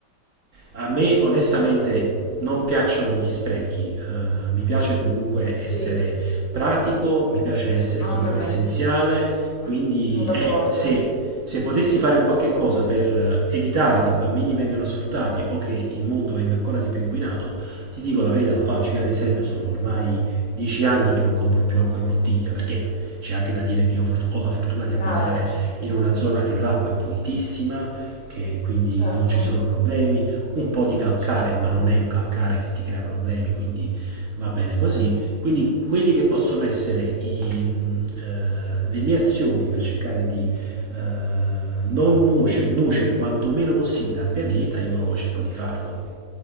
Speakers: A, on the right; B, on the left.
A: a me onestamente non piacciono gli sprechi, eh, mi piace comunque essere
B: Sì.
A: pratico, mi piace essere
B: Anche
A: comunque
B: a me,
A: essenziale, quindi
B: sono d'accordo.
A: eh, se se potessi fare un qualche cosa per evitare che i bambini vengano sfruttati o che il mondo venga ancora di più inquinato, ti dico la verità, lo faccio. Io ad esempio sono ormai dieci anni che non compro più acqua in bottiglia, perché c'è anche da dire che io fort- ho la fortuna di
B: Bravo,
A: abitare
B: certo,
A: in una zona che l'acqua è pulitissima, che quindi
B: certo,
A: non ci sono problemi, un po' di calcare,
B: certo,
A: ma non è un calcare che ti crea problemi, quindi va bene
B: certo.
A: così. Quindi quelli che possono essere i, mm, eh, le mie azioni per cercare di eh, non nuoce- nuocere quanto meno possibile al pianeta, io cerco di farlo.